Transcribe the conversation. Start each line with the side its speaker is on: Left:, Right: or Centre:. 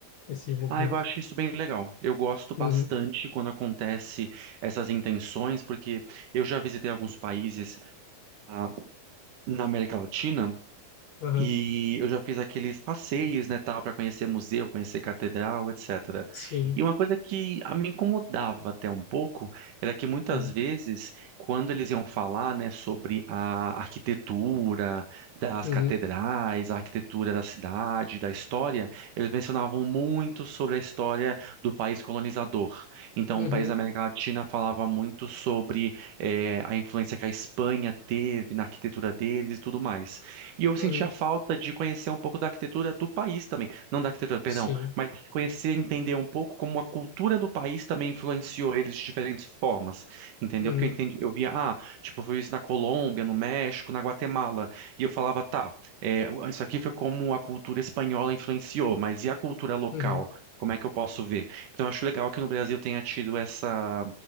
Left: esse movimento.
Right: Ah, eu acho isso bem legal. Eu gosto bastante
Left: Uhum,
Right: quando acontece essas intenções, porque eu já visitei alguns países, ah, na América Latina
Left: aham,
Right: E eu já fiz aqueles passeios, né, tal, para conhecer museu, conhecer catedral, etc.
Left: sim.
Right: E uma coisa que a- me incomodava até um pouco era que muitas
Left: Uhum,
Right: vezes, quando eles iam falar, né, sobre a arquitetura das
Left: uhum.
Right: catedrais, a arquitetura da cidade, da história, eles mencionavam muito sobre a história do país colonizador. Então,
Left: Uhum,
Right: o país da América Latina falava muito sobre eh, a influência que a Espanha teve na arquitetura deles e tudo mais. E eu sentia
Left: uhum,
Right: falta de conhecer um pouco da arquitetura do país também. Não da arquitetura, perdão,
Left: sim,
Right: mas conhecer, entender um pouco como a cultura do país também influenciou eles de diferentes formas, entendeu?
Left: uhum,
Right: Porque eu entendi, eu via, ah, tipo, eu vi isso na Colômbia, no México, na Guatemala, e eu falava, tá, é, o- isso aqui foi como a cultura espanhola influenciou, mas e a cultura local?
Left: uhum,
Right: Como é que eu posso ver? Então, eu acho legal que no Brasil tenha tido essa,